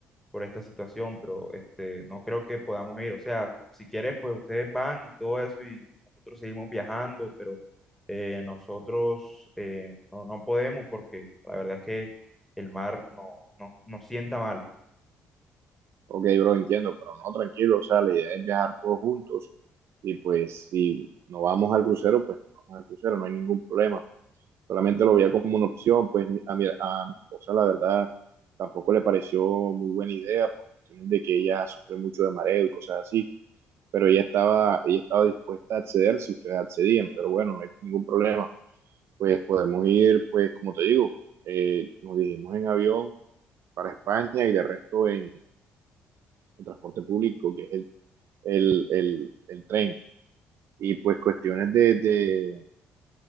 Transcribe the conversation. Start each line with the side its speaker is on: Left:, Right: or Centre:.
Centre: por esta situación, pero este, no creo que podamos ir. O sea, si quieres, pues ustedes van y todo eso y nosotros seguimos viajando, pero eh, nosotros eh, no, no podemos porque la verdad es que el mar no, no, nos sienta mal.
Right: Ok, bro, entiendo, pero no, tranquilo, o sea, la idea es viajar todos juntos y pues si no vamos al crucero, pues no vamos al crucero, no hay ningún problema. solamente lo veía como una opción, pues mi- a mi, a mi esposa la verdad tampoco le pareció muy buena idea, por cuestiones de que ella sufre mucho de mareo y cosas así, pero ella estaba, ella estaba dispuesta a acceder si ustedes accedían, pero bueno, no hay ningún problema, pues podemos ir, pues como te digo, eh, nos dirigimos en avión para España y de resto en, en transporte público, que es el, el, el, el tren, y pues cuestiones de de-